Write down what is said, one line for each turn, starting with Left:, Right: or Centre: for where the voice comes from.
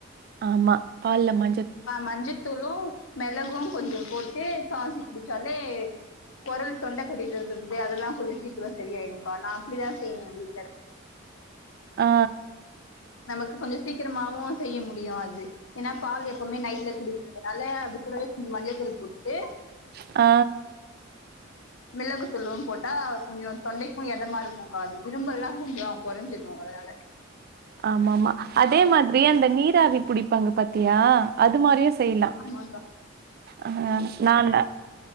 Right: ஆமா பால் லா மட்
Left: மஞ்சத்தூளு மெளகு கொஞ்சோ போட்டு காட்சி குடிச்சாலே கொரல் தொண்ட சளி கட்டட்டு இருக்கிறது அதெல்லா கொஞ்சோ சீக்கிரம் செரிய ஆயிருக்கா நா அப்டிதா செய்யவே வீட்ல து
Right: ஆ
Left: நமக்கு கொஞ்சம் சீக்கிரமாவு செய்ய முடியு அது ஏன்னா பால் எ இனிமே நைட்ல குடிக்கதுனால அது கூடவே கொஞ்சோ மஞ்சள்தூள் போட்டு
Right: ஆ
Left: மிளகுத்தூல்லு போட்டா கொஞ்சோ தொண்டைக்கு எதமா இருக்கும் கா இருமல்லா கொஞ்சோ கொறைஞ்சிடு அதனால
Right: ஆமா ஆமா அதே மாதிரி அந்த நீராவி புடிப்பாங்க பாத்தியா அது மாரியு செய்யலா
Left: ஆமாக்கா
Right: ஆ நால்ல